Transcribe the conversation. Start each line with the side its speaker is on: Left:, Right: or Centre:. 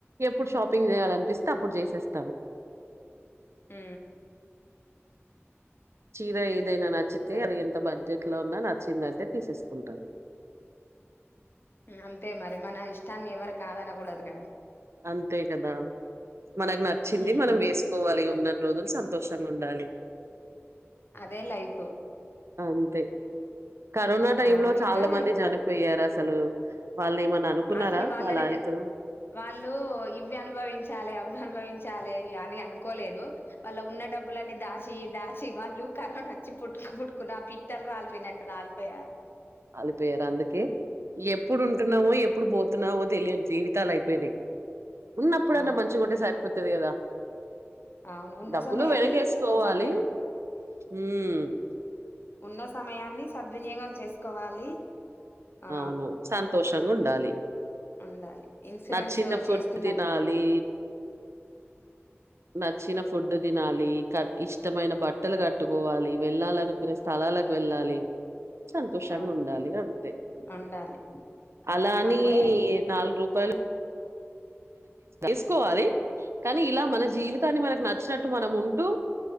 Right: ఎప్పుడు షాపింగ్ చేయాలనిపిస్తే అప్పుడు చేసేస్తాను
Left: ఉ
Right: చీర ఏదైన నచ్చితే
Left: సే
Right: అది ఎంత బ బడ్జెట్లో ఉన్నా నచ్చిందంటే తీసేసుకుంటాను
Left: అంతే మరి మన ఇష్టాన్ని ఎవరు కాదనకూడదు గదా
Right: అంతే కదా మనకు నచ్చింది
Left: మ్మ్
Right: మనం వేసుకోవాలి ఉన్నన్నీ రోజులు సంతోషంగ్ ఉండాలి
Left: అదే లైఫ్
Right: అంతే కరోనా టైమ్
Left: ఆ
Right: లో
Left: ఇంకా
Right: చాలా మంది చనిపోయారు అసలు వాళ్లేమన్న అనుకున్నారా
Left: అసలు వాళ్ళని
Right: అలా అయితాదని
Left: త వాళ్ళు ఇవి అనుభవించాలే అవి అనుభవించాలే అని అను కోలేదు వాళ్ళ ఉన్న డబ్బులన్నీ దాచి దాచి వాళ్ళు కరోనా వచ్చి పుట్టుకు పుట్టుకున్న పిక్త్ రాలిపోయినట్టు రాలిపోయారు
Right: కాలిపోయారు అందుకే. ఎప్పుడు ఉంటున్నామో ఎప్పుడు పోతున్నామో తెలియని జీవితాలు అయిపోయినాయి ఉన్నప్పుడన్న
Left: అవును
Right: మంచిగుంటే
Left: ఉన్న
Right: సరిపోతది కదా
Left: అవును ఉన్న
Right: డబ్బులు
Left: సమయాన్ని
Right: వెనగేసుకోవాలి
Left: సద్విని
Right: ఉ
Left: ఉన్న సమయాన్ని సద్వినియోగం చేసుకోవాలి ఆ
Right: అవును సంతోషంగా ఉండాలి
Left: ఉండాలి ఇన్సూరెన్స్
Right: నచ్చిన ఫుడ్
Left: చేస్తున్నారు
Right: తినాలి నచ్చిన ఫుడ్ తినాలి కట్ ఇష్టమైన బట్టలు కట్టుకోవాలి వెళ్ళాలనుకునే స్థలాలకు వెళ్ళాలి సంతోషంగా
Left: అవును
Right: ఉండాలి అంతే
Left: ఉండాలి
Right: అలాని
Left: అప్పుడే
Right: నాలుగు రూపాయలు ఎసుకోవాలి కానీ ఇలా మన జీవితాన్ని మనకు నచ్చినట్టు మనం ఉంటూ